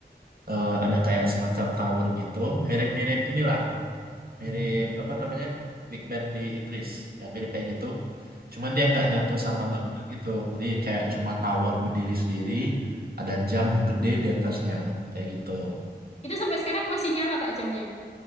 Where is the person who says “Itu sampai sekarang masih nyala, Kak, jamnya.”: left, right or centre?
Left